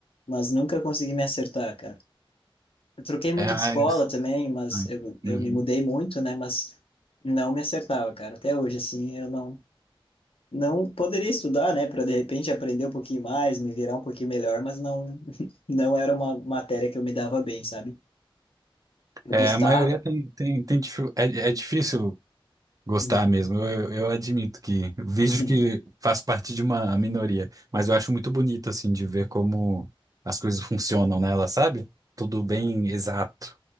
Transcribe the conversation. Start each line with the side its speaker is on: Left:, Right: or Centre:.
Left: Mas nunca consegui me acertar, cara. Eu troquei muito
Right: é, ah,
Left: de escola
Right: eu-
Left: também, mas
Right: ai,
Left: eu, eu
Right: uhum.
Left: me mudei muito, né? Mas não me acertava, cara. Até hoje, assim, eu não, não poderia estudar, né? Para de repente aprender um pouquinho mais, me virar um pouquinho melhor, mas não, <laughs> não era uma matéria que eu me dava bem, sabe? Eu
Right: É,
Left: gostava.
Right: a maioria tem, tem, tem dificu- é, é difícil Gostar
Left: Uhum.
Right: mesmo, eu, eu admito que vejo
Left: <laughs>
Right: que faz parte de uma minoria, mas eu acho muito bonito, assim, de ver como as coisas funcionam nela, sabe? Tudo bem exato.